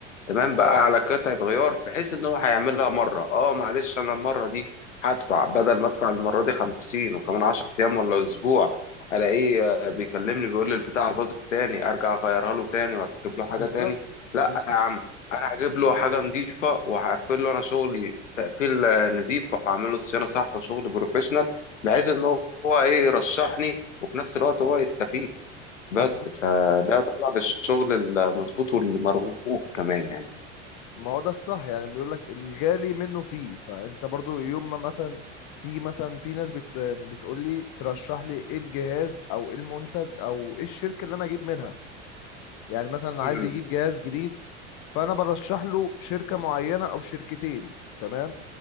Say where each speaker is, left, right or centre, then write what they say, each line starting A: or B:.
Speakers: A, on the left; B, on the left.
A: تمام بقى على قطعة غيار بحيث ان هو هيعملها مرة اه معلش انا المرة دي هدفع بدل ما ادفع المرة دي 50 وكمان 10 ايام ولا اسبوع الاقيه آه، بيكلمني بيقول لي البتاعة باظت تاني ارجع اغيرها له تاني واركب له حاجة
B: بالظبط
A: تاني لا
B: بالظبط
A: يا عم انا هجيب له حاجة نظيفة وهقفل له انا شغلي تقفيل آه، نضيف واعمل له صيانة صح وشغل بروفيشنال بحيث ان هو ايه يرشحني وفي نفس الوقت هو يستفيد بس
B: مظبوط
A: فده طبعا الشغل المظبوط والمرغوب كمان يعني
B: ما هو ده الصح يعني بيقول لك الغالي منه فيه فانت برضو يوم ما مثلا تيجي مثلا في ناس بت... بتقول لي ترشح لي ايه الجهاز او ايه المنتج او ايه الشركة اللي انا اجيب منها يعني مثلا عايز
A: امم
B: يجيب جهاز جديد فانا برشح له شركة معينة او شركتين تمام